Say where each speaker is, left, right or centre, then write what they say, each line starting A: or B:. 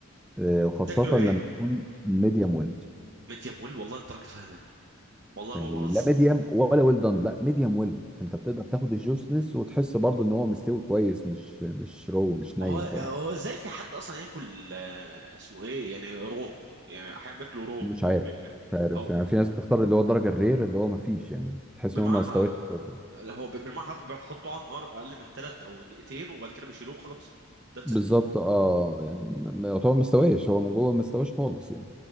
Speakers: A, in the centre; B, on the right (about 55°).
A: آه، وخاصه
B: تاكلوا ايه
A: لما يكون ميديوم ويل
B: ميديم ويل والله انت راجل فاهمان والله
A: يعني
B: ما بهزر
A: لا ميديوم ولا ويل دان لا ميديوم ويل انت بتقدر تاخد الجوسنس وتحس برضو ان هو مستوي كويس مش مش رو مش ني
B: هو
A: خالص
B: هو ازاي في حد اصلا ياكل آه، اسمه ايه يعني رو يعني احيانا بياكلوا رو
A: مش
B: او
A: عارف
B: بي
A: مش عارف
B: او
A: يعني في ناس بتختار اللي هو الدرجه الرير اللي هو ما فيش يعني تحس
B: بالمعنى
A: ان هو ما استواش
B: ح-
A: اساسا
B: هو بالمعنى حرف بيحطوا على النار اقل من ثلاث او دقيقتين وبعد كده بيشيلوه وخلاص ذاتس
A: بالظبط
B: ات
A: اه يعني ما- ما- يعتبر ما استواش هو من جوه ما استواش خالص يعني